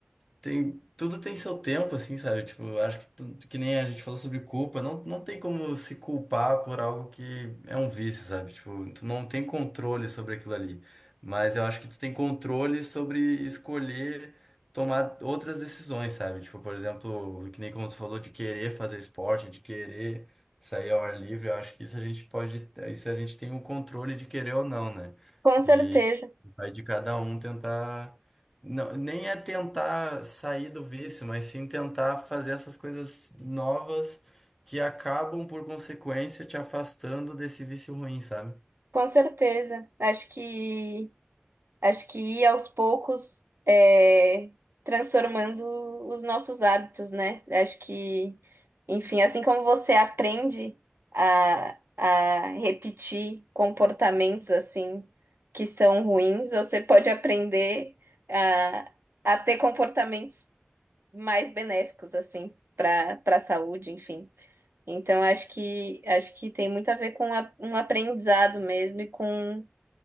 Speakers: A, in the centre; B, on the right.
A: Tem, tudo tem seu tempo, assim, sabe? Tipo, eu acho que tu- que nem a gente falou sobre culpa, não, não tem como se culpar por algo que é um vício, sabe? Tipo, tu não tem controle sobre aquilo ali. Mas eu acho que tu tem controle sobre escolher tomar outras decisões, sabe? Tipo, por exemplo, que nem como tu falou de querer fazer esporte, de querer sair ao ar livre, eu acho que isso a gente pode, isso a gente tem o controle de querer ou não, né?
B: com certeza,
A: E vai de cada um tentar não, nem é tentar sair do vício, mas sim tentar fazer essas coisas novas que acabam, por consequência, te afastando desse vício ruim, sabe?
B: com certeza. Acho que Acho que ir aos poucos é, transformando os nossos hábitos, né? Acho que, enfim, assim como você aprende a, a repetir comportamentos assim que são ruins, você pode aprender a, a ter comportamentos mais benéficos, assim, para para a saúde, enfim. Então, acho que acho que tem muito a ver com a- um aprendizado mesmo e com,